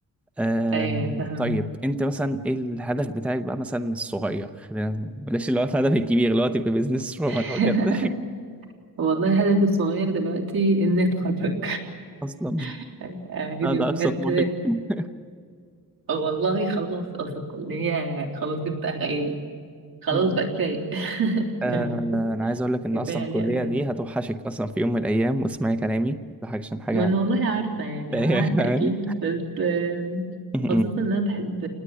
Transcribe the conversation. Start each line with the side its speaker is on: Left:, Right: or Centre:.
Centre: آه
Right: ايوه أيوة، فاهمة
Centre: طيب انت مثلا ايه الهدف بتاعك بقى مثلا الصغير خلينا- بلاش اللي هو الهدف الكبير اللي هو تبقى بيزنس رومان
Right: <laughs>
Centre: او كده <laughs>
Right: والله هدفي الصغير دلوقتي اني اتخرج
Centre: اصلا
Right: <laughs> يعني
Centre: ده
Right: بجد
Centre: ده اقصى طموحك مم.
Right: آه، والله خلاص اصل الكلية خلاص جبت يعني خلاص
Centre: <laughs>
Right: بقى كفاية <laughs>
Centre: آه
Right: فاهم قصدي؟
Centre: انا عايز اقول لك ان
Right: كفاية
Centre: اصلا
Right: عليها
Centre: الكليه
Right: قوي كده
Centre: دي هتوحشك اصلا في يوم من الايام واسمعي كلامي ده حاجه عشان حاجه
Right: ما انا والله عارفة يعني
Centre: <laughs>
Right: انا عارفة
Centre: يعني
Right: اكيد بس آم،
Centre: مم.
Right: خاصة ان انا بحب